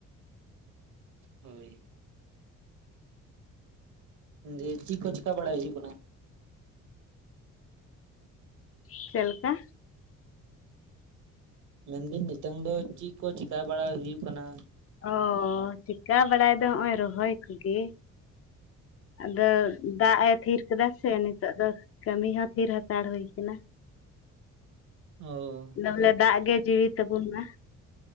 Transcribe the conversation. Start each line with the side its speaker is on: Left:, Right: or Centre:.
Right: ᱦᱳᱭ᱾ ᱫᱷᱤ ᱪᱤᱜ ᱠᱚ ᱪᱮᱠᱟ ᱵᱟᱲᱟᱭ ᱦᱩᱭᱩᱜ ᱠᱟᱱᱟ?
Left: ᱪᱮᱫ ᱞᱮᱠᱟ?
Right: ᱢᱮᱱ ᱫᱟᱹᱧ ᱱᱤᱛᱚᱝ ᱫᱚ ᱪᱤᱜ ᱠᱚ ᱪᱮᱠᱟ ᱵᱟᱲᱟ ᱦᱩᱭᱩᱜ ᱠᱟᱱᱟ?
Left: ᱚ ᱪᱤᱠᱟ ᱵᱟᱲᱟᱭ ᱫᱚ ᱦᱚᱸᱜ-ᱚᱭ ᱨᱚᱦᱚᱭ ᱠᱚᱜᱮ᱾ ᱟᱫᱚ ᱫᱟᱜ ᱮ ᱛᱷᱤᱨ ᱠᱟᱫᱟ ᱥᱮ ᱱᱤᱛᱚᱜ ᱫᱚᱼᱼ ᱠᱟᱹᱢᱤ ᱦᱚᱸ ᱛᱷᱤᱨ ᱦᱟᱛᱟᱲ ᱦᱩᱭ ᱠᱟᱱᱟ᱾
Right: ᱚᱣ᱾
Left: ᱫᱚ ᱵᱚᱞᱮ ᱫᱟᱜ ᱜᱮ ᱡᱤᱣᱤ ᱛᱟᱹᱵᱩᱱ ᱢᱟ᱾